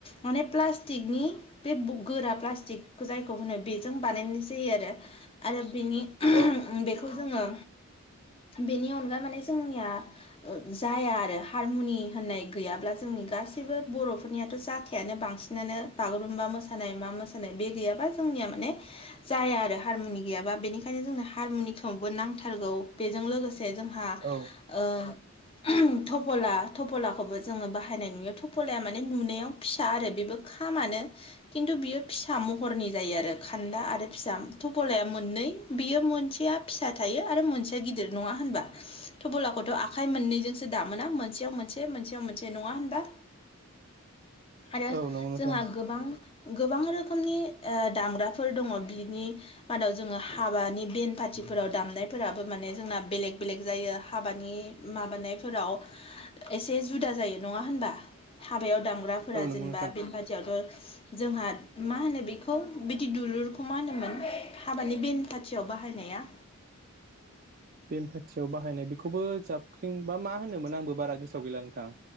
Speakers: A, on the left; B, on the right.
A: माने प्लास्टिकनि बे गोरा प्लास्टिकखौ जायखौ होनो बेजों बानायनाय जायो आरो। आरो बिनि
B: औ
A: बेखौ जोङो बेनि अनगा माने जोंनिया ओ जाया आरो। हारमुनि होननाय गैयाब्ला जोंनि गासैबो बर'फोरनियाथ' जाखायानो बांसिनानो। बागुरुम्बा मोसानाय मा मोसानाय बे गैयाबा जोंनिया माने जाया आरो हारमुनि गैयाबा। बेनिखायनो जोंनो हारमुनिखौबो नांथारगौ बेजों लोगोसे जोंहा
B: औ।
A: <unintelligible> थबला थबलाखौबो जोङो बाहायनाय नुयो। थबलाया माने नुनायाव फिसा आरो बेबो खामानो। खिन्थु बियो फिसा महरनि जायो आरो खान्दा आरो फिसा थबलाया मोननै बियो मोनसेया फिसा थायो आरो मोनसेया गिदिर नङा होनबा? थबलाखौथ' आखाइ मोननैजोंसो <unintelligible> माने मोनसेयाव मोनसे मोनसेयाव मोनसे नङा होनबा? आरो
B: औ नंगौ नोंथां
A: जोंहा गोबां- गोबां रोखोमनि ओ दामग्राफोर दङ। बिनि मादाव जोङो हाबानि बेन पाथिफोराव दामनायफोराबो माने जोंना बेलेग- बेलेग जायो हाबानि माबानायफोराव एसे जुदा जायो नङा होनबा? हाबायाव दामग्राफोरा
B: औ नंगौ
A: जेनेबा
B: नोंथां
A: बेन पार्टियावथ' जोंहा मा होनो बेखौ बिदि दुलुरखौ मा होनोमोन हाबानि बेन पाथियाव बाहायनाया।
B: बेन पाथियाव बाहायनाय बेखौबो <unintelligible> <unintelligible> <unintelligible> आंबो बारा गोसोआव गैला नोंथां।